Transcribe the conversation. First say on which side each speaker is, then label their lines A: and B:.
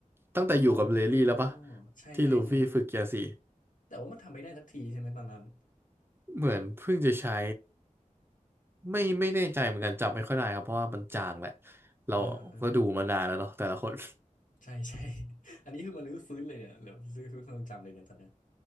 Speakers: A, on the right; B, on the left.
A: ตั้งแต่อยู่กับเลดี้แล้วปะ
B: อ๋อใช่ใช่ใช่
A: ที่ลูฟี่ฝึกเกียร์สี่
B: แต่ว่ามันทำไม่ได้สักทีใช่ไหมตอนนั้น
A: เหมือนเพิ่งจะใช้ไม่ไม่แน่ใจเหมือนกันจำไม่ค่อยได้ครับเพราะว่ามันจางแหละเราก็ดูมานานแล้วเนาะแต่ละคน
B: อ่าอ่า
A: <laughs>
B: ใช่ <laughs> ใช่ <laughs> อันนี้คือมันรื้อฟื้นเลยเนี่ยหรือรื้อฟื้นความทรงจำเลยเนี่ยตอนเนี้ย